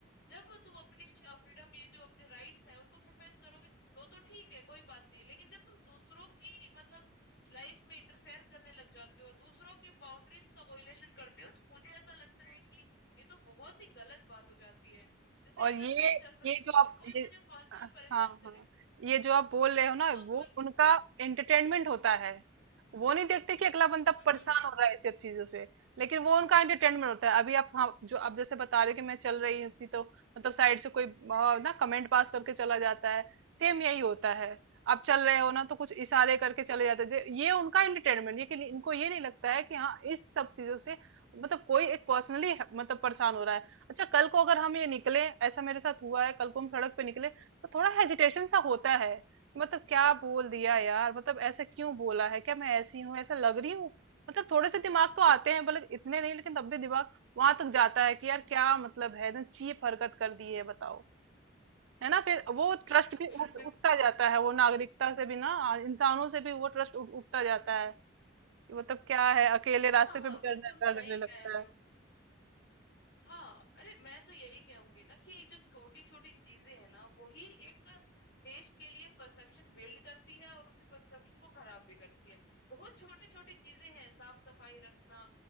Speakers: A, on the left (about 55°); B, on the right (about 70°).
A: जब तुम अपने फ्रीडम ये जो अपने राइट्स हैं उनको प्रोफेस करोगे तो तो ठीक है कोई बात नहीं लेकिन जब तुम दूसरों की मतलब लाइफ में इंटरफेयर करने लग जाते हो दूसरों के बाउंड्रीज का वॉयलेशन करते हो तो मुझे ऐसा लगता है कि ये तो बहुत ही गलत बात हो जाती है जैसे
B: और
A: अगर
B: ये
A: मैं चल रही
B: ये
A: हूँ
B: जो आप
A: और कोई
B: ये
A: मुझे फालतू
B: हाँ
A: में परेशान
B: हाँ
A: करे
B: ये जो आप बोल रहे हो ना
A: हाँ
B: वो
A: कोई
B: उनका एंटरटेनमेंट होता है वो नहीं देखते कि अगला बंदा
A: हम्म
B: परेशान
A: हम्म हम्म
B: हो रहा है इस सब चीजों से लेकिन वो उनका एंटरटेनमेंट होता है अभी आप हाँ जो आप जैसे बता रहे हो कि मैं चल रही होती तो मतलब साइड से कोई आ, ना कमेंट पास करके चला जाता है सेम यही होता है आप चल रहे हो ना तो कुछ इशारे करके चले जाते हैं जे- ये उनका एंटरटेनमेंट ये कि इनको ये नहीं लगता है कि हाँ इस सब चीजों से मतलब कोई एक पर्सनली मतलब परेशान हो रहा है अच्छा कल को अगर हम ये निकले ऐसा मेरे साथ हुआ है कल को हम सड़क पे निकले तो थोड़ा हेजिटेशन सा होता है मतलब क्या बोल दिया यार मतलब ऐसे क्यों बोला है क्या मैं ऐसी हूँ ऐसा लग रही हूँ मतलब थोड़े से दिमाग तो आते हैं भले इतने नहीं लेकिन तब भी दिमाग वहां तक जाता है कि यार क्या मतलब है एकदम चीप हरकत कर दी है बताओ है ना फिर वो
A: हम्म
B: ट्रस्ट
A: हम्म
B: भी
A: हम्म,
B: उठ
A: बिल्कुल
B: उठता जाता है वो नागरिकता से भी ना इंसानों से भी वो ट्रस्ट उठता जाता है कि मतलब क्या है अकेले रास्ते
A: हाँ हाँ
B: पे भी
A: बिल्कुल
B: डरने डरने
A: सही
B: लगता
A: कह रहे
B: है
A: हो हाँ अरे मैं तो यही कहूंगी ना कि ये जो छोटी छोटी चीजें हैं ना वही एक देश के लिए परसेप्शन बिल्ड करती है और उसी परसेप्शन को खराब भी करती है बहुत छोटी छोटी चीजें हैं साफ सफाई रखना